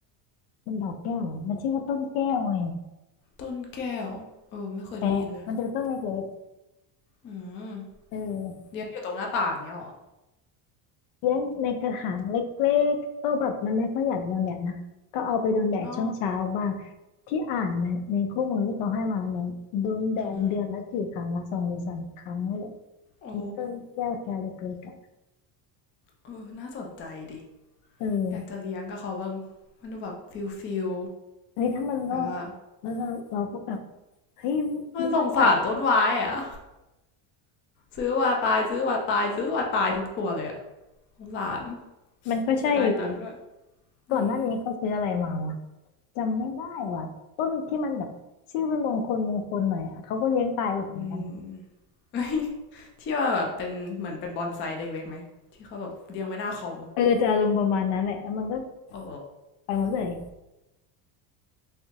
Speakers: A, on the left; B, on the left.
A: มันดอกแก้วเหรอมันชื่อว่าต้นแก้วไง
B: ต้นแก้วเออไม่เคยได้ยินเลย
A: แคระมันจะเป็นต้นเล็ก
B: อืม
A: ๆเออ
B: เลี้ยงอยู่ตรงหน้าต่างเงี้ยหรอ
A: เลี้ยงในกระถางเล็กๆก็แบบมันไม่ค่อยอยากโดนแดดนะก็เอาไปโดนแดดช่วงเช้าบ้าง
B: อ๋อ
A: ที่อ่านในในคู่มือที่เขาให้มาเนี่ยโดนแดดเดือนละกี่ครั้งวะสองหรือสามครั้งนี่แหละ
B: อือหือโอ้
A: มนต้นแก้วแคระเล็กๆอ่ะ
B: เออน่าสนใจดิ
A: เออ
B: อยากจะเลี้ยงกับเขาบ้างมันดูแบบฟิลฟิล
A: เฮ้ยถ้ามันรอด
B: แล้วก็
A: แล้วเราเราก็แบบเฮ้ยมันรอด
B: สงสารต้นไม้อะ ซื้อว่าตายซื้อว่าตายซื้อว่าตายทุกตัวเลยอะสงสาร
A: มันก็ใช่อยู่
B: เสียดายตังค์ด้วยอืม
A: ก่อนหน้านี้เขาซื้ออะไรมาวะ จำไม่ได้ว่ะต้นที่มันแบบชื่อเป็นมงคลมงคลหน่อยอ่ะเขาก็เลี้ยงตายแบบเหมือนกัน
B: อืม <laughs> อที่ว่าแบบเป็นเหมือนเป็นบอนไซเด็กๆไหม ที่เขาแบบเลี้ยงไว้หน้าคอม
A: เออจะอารมณ์ประมาณนั้นแหละแล้วมันก็
B: โอ้
A: ไปหมดเลย